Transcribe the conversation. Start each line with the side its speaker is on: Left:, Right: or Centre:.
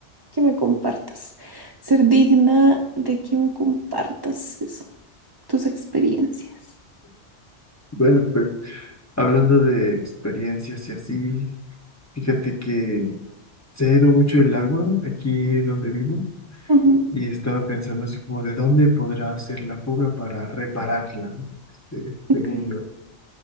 Right: que me compartas, ser digna de que me compartas eso. tus experiencias.
Left: Bueno, pues hablando de experiencias y así, fíjate que se ha ido mucho el agua aquí donde vivo.
Right: Ujú,
Left: Y estaba pensando así como de dónde podrá hacer la fuga para repararla, ¿no? Este,
Right: ok,
Left: según yo.